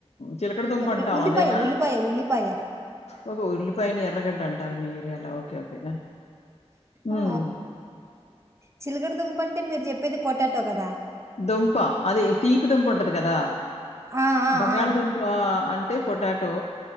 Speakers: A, on the left; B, on the right.
A: చిలకడ దుంప
B: ఎరగ
A: అంటాం
B: ఉల్లిపాయ
A: అదేనా?
B: ఉల్లిపాయ ఉల్లిపాయ
A: ఓకే. ఉల్లిపాయని ఎర్రగడ్డ అంటారు మీ ఏరియాలో. ఓకే. ఓకే. హ్మ్.
B: ఆ చిలకడ దుంప అంటే మీరు చెప్పేది పొటాటో టవ్ కదా
A: దుంప అదే తీపి దుంప ఉంటది కదా
B: ఆ ఆ
A: బంగాళదుంప
B: ఆ ఆ!
A: అంటే పొటాటో